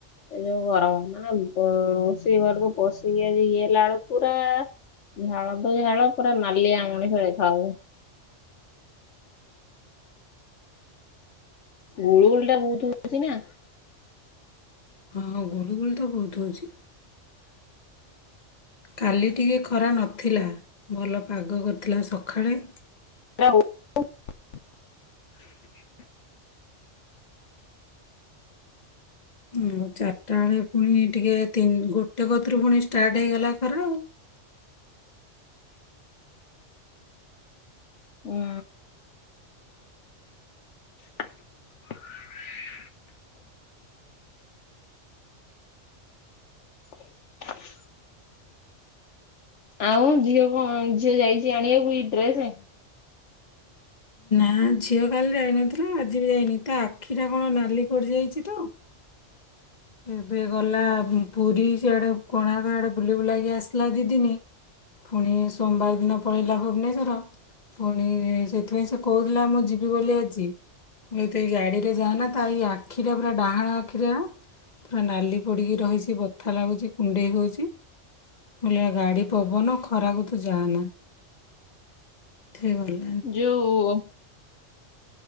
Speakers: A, on the left (about 70°); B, on the left (about 35°).
A: ଏ ଯୋଉ ଗରମ ମାନେ ବ ରୋଷେଇ ଘରକୁ ପସିକି ଇଏ ହେଲା ବେଳୁକୁ ପୁରା ଝାଳ ତ ଝାଳ ପୁରା ନାଲିଆ ମଣିଷ ଦେଖାଯାଉଚି। ଗୁଳୁଗୁଳି ଟା ବହୁତ ହଉଚି ନା।
B: ହଁଁ ଗୁଳୁଗୁଳି ତ ବହୁତ ହଉଚି। କାଲି ଟିକେ ଖରା ନଥିଲା। ଭଲ ପାଗ କରିଥିଲା ସଖାଳେ।
A: <unintelligible> <inaudible>
B: ଆଉ ଚାରିଟା ବେଳେ ପୁଣି ଟିକେ ତିନି ଗୋଟେ କତିରୁ ପୁଣି ଷ୍ଟାର୍ଟ ହେଇଗଲା ଖରା। ଆଉ
A: ଉଁ। <inaudible> <inaudible> ଆଉ ଝିଅ କଣ ଝିଅ ଯାଇଚି ଆଣିବାକୁ ଇ ଡ୍ରେସ?
B: ନା ଝିଅ କାଲି ଯାଇନଥିଲା ଆଜି ବି ଯାଇନି। ତା ଆଖି ଟା କଣ ନାଲି ପଡିଯାଇଚି ତ। ଏବେ ଗଲା ପୁରୀ ସେଆଡ଼େ କୋଣାର୍କ ଆଡ଼େ ବୁଲି ବୁଲାକି ଆସିଲା ଦି ଦିନି। ପୁଣି ସୋମବାର ଦିନ ପଳେଇଲା ଭୁବନେଶ୍ଵର। ପୁଣି ସେଥିପାଇଁ ସେ କୋ ହୁଥିଲା ମୁଁ ଯିବି ବୋଲି ଆଜି। ମୁଁ ତ ଏଇ ଗାଡି ରେ ଯାଆନା। ତା ଏଇ ଆଖିଟା ପୁରା ଡାହାଣ ଆଖିରେ ପୁରା ନାଲି ପଡିକି ରହିଚି, ବଥା ଲାଗୁଚି କୁଣ୍ଡେଇ ହଉଚି। ମୁଁ କହିଲି ଆ ଗାଡ଼ି ପବନ ଖରାକୁ ତୁ ଯାଆନା। <unintelligible>
A: ଯୋଉ